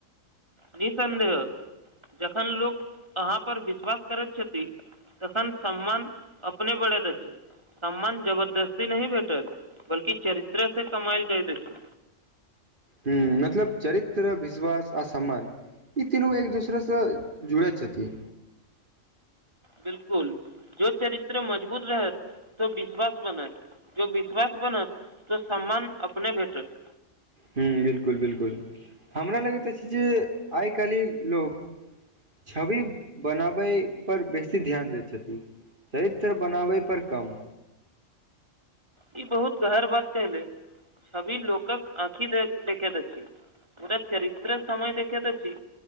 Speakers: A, on the right (about 20°); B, on the right (about 40°).
A: निसन्देह जखन लोक अहाँ पर विश्वास करैत छथि तखन सम्मान अपने बढ़ैत अछि सम्मान जबरदस्ती नहि भेटत बल्कि चरित्र से कमायल जाइत अछि
B: हु मतलब चरित्र विश्वास आ सम्मान ई तीनू एक दोसरासँ जुड़ैत छथि
A: बिलकुल जो चरित्र मजबूत रहत तो विश्वास बनत जो विश्वास बनत तऽ सम्मान अपने भेटत
B: हु बिलकुल बिलकुल हमरा लगैत अछि जे आइ काल्हि लोक छवि बनाबै पर बेसी ध्यान दैय छथि चरित्र बनाबै पर कम
A: ई बहुत गहर बात के लेल छवि लोकक आँखि दे देखेत अछि पुरे चरित्र समय देखैत अछि